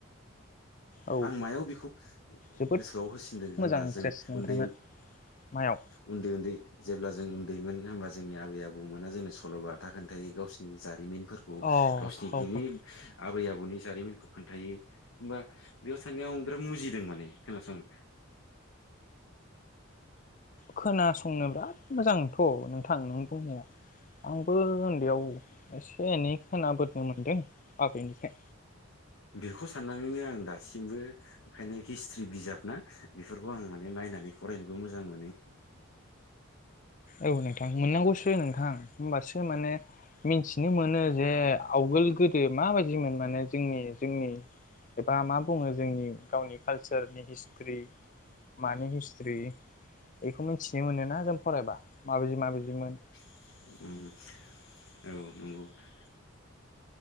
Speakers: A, on the left; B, on the left.
A: औ
B: आं मायाव बेखौ
A: जोबोद
B: गोसोआव होसिनदों होनबा
A: मोजां इन्ट्रेस्ट
B: जों
A: नोंथांनो
B: उन्दै उम
A: मायाव
B: उन्दै-उन्दै जेब्ला जों दैमोन होमबा जोंनि आबै आबौमोना जोंनो सल'बाथा खोन्थायो गावसिनि जारिमिन फोरखौ
A: अ औ
B: गावसिनि
A: औ
B: गेदेर आबै आबौनि जारिमिन खौ खोन्थायो होम्बा बेयाव थानायनायाव बिराद मुजिदों माने खोनासंनो
A: खोनासंनो बिराद मोजांथ' नोंथां नों बुंनाया आंबो उन्दैयाव एसे एनै खोना बोदनो मोनदों आबैनिफ्राय
B: बेखौ साननानैनो आं दासिमबो ओंखायनो हिस्ट्रि बिजाब ना बेफोरखौ आं माने नायनानै फरायनोबो मोजां मोनो
A: औ नोंथां मोननांगौसो नोंथां होम्बासो माने मिथिनो मोनो जे आवगोल गोद दों माबायदिमोन माने जोंनि-जोंनि एबा मा बुङो जोंनि गावनि कालसारनि हिस्ट्रि माने हिस्ट्रि बेखौ मिथिनो मोनोना जों फरायबा माबायदि माबायदिमोन
B: उम औ नंगौ